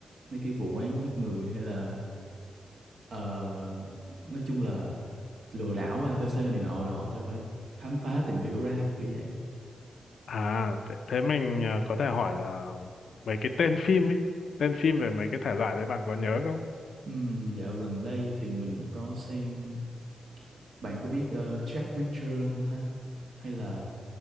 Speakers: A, on the right (about 55°); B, on the left (about 65°).
A: mấy cái vụ án giết người hay là ờ, nói chung là lừa đảo ABC này nọ rồi họ sẽ phải khám phá tìm hiểu ra kiểu vậy.
B: À, thế, thế mình ờ, có thể hỏi là mấy cái tên phim ấy, tên phim về mấy cái thể loại đấy bạn có nhớ không?
A: Ừm, dạo gần đây thì mình có xem Bạn có biết ờ, Jack Reacher không ha? Hay là